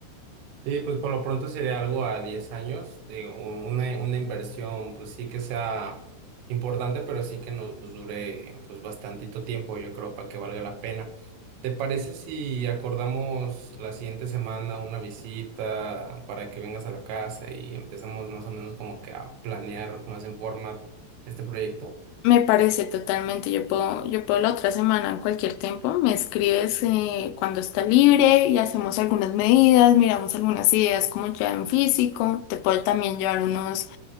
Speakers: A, on the right; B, on the left.
A: Sí, pues por lo pronto sería algo a 10 años, digo, u- una, una inversión, pues sí que sea importante, pero sí que nos dure pues bastantito tiempo, yo creo, para que valga la pena. ¿Te parece si acordamos la siguiente semana una visita para que vengas a la casa y empezamos más o menos como que a planear más en forma este proyecto?
B: Me parece totalmente, yo puedo, yo puedo la otra semana en cualquier tiempo, me escribes eh, cuando está libre y hacemos algunas medidas, miramos algunas ideas como ya en físico, te puedo también llevar unos